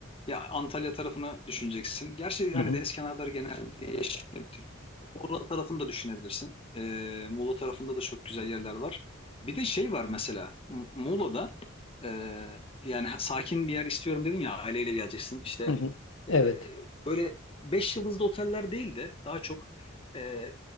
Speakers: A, on the left (about 30°); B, on the left (about 75°).
A: Ya Antalya tarafını düşüneceksin. Gerçi
B: Hı
A: hani
B: hı.
A: deniz kenarları genelde yeşil Türkiye. Muğla tarafını da düşünebilirsin. Ee, Muğla tarafında da çok güzel yerler var. Bir de şey var mesela. M- Muğla'da e, yani ha- sakin bir yer istiyorum dedin ya aileyle geleceksin işte.
B: Hı hı. Evet.
A: E, böyle beş yıldızlı oteller değil de daha çok e,